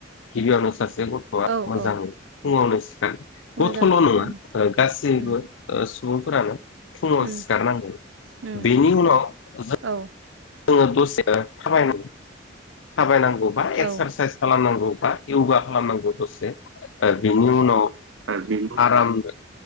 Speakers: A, on the left; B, on the right.
A: गिबियावनो सासे गथआ
B: औ
A: मोजाङै
B: औ
A: फुङावनो सिखार
B: मोजां
A: गथल नङा
B: उम
A: गासैबो
B: उम
A: सुबुंफोरानो फुङाव
B: उम
A: सिखारनांगौ
B: उम
A: बेनि उनाव जों
B: औ
A: जोंङो दसे थाबायनांगौ बा एक्सारसाइस
B: औ
A: खालामनांगौ इउगा खालामनांगौ दसे बेनि उनाव
B: बेनि
A: आरामनो